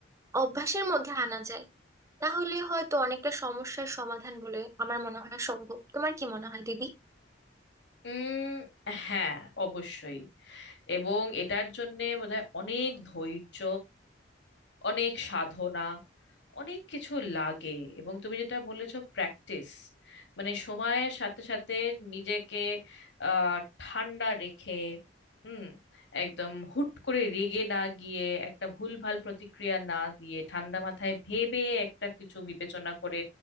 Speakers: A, on the right; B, on the left.
A: অভ্যাসের মধ্যে আনা যায় তাহলে হয়তো অনেকটা সমস্যার সমাধান বলে আমার মনে হয় সম্ভব তোমার কি মনে হয় দিদি
B: উম হ্যাঁ অবশ্যই এবং এটার জন্যে বোধহয় অনেক ধৈর্য অনেক সাধনা অনেক কিছু লাগে এবং তুমি যেটা বলেছো প্র্যাকটিস মানে সময়ের সাথে সাথে নিজেকে আহ ঠান্ডা রেখে হুম একদম হুট করে রেগে না গিয়ে একটা ভুলভাল প্রতিক্রিয়া না দিয়ে ঠান্ডা মাথায় ভেবে একটা কিছু বিবেচনা করে